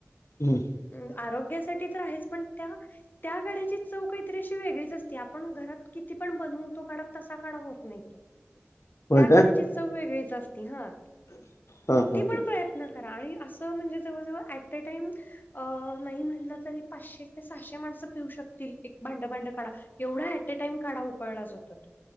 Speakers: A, on the left; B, on the left.
A: हम्म
B: अम्म आरोग्यासाठी तर आहेच पण त्या त्या काढ्याची चव कायतरी अशी वेगळीच असते आपण घरात किती पण बनवू तो काढा तसा काढा होत नाही तो.
A: <unintelligible>
B: त्या
A: काय
B: काढ्याची चव वेगळीच असती हा
A: हा
B: किती
A: हा
B: पण प्रयत् यत्न करा आणि असं म्हणजे जवळजवळ ॲटे टाईम अ नाही म्हटलं तरी पाचशे ते सहाशे माणसं पिऊ शकतील एक भांड भांड काढा एवढा ऍटेटाइम काढा उकळला जातो तो.